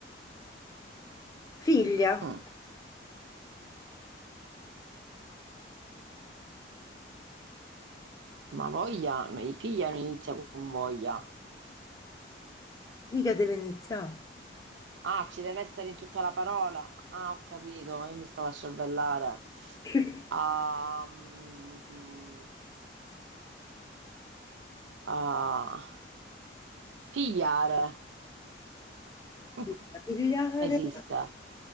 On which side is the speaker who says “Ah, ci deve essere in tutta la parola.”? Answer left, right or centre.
Right